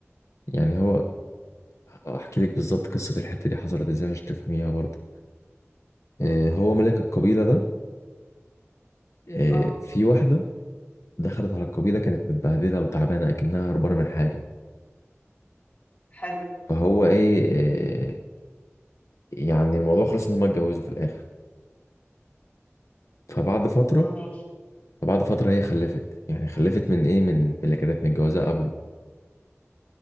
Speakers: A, on the left (about 85°); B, on the left (about 30°).
A: يعني هو احكي لك بالظبط قصة الحتة دي حصلت ازاي عشان تفهميها برضه آه هو ملك القبيلة ده آه
B: اه
A: في واحدة دخلت على القبيلة كانت متبهدلة وتعبانة اكنها هربانة من حاجة
B: حلو
A: فهو ايه آه يعني الموضوع خلص ان هم اتجوزوا في الاخر فبعد فترة
B: ماشي
A: فبعد فترة هي خلفت يعني خلفت من ايه من من اللي كانت متجوزاه قبله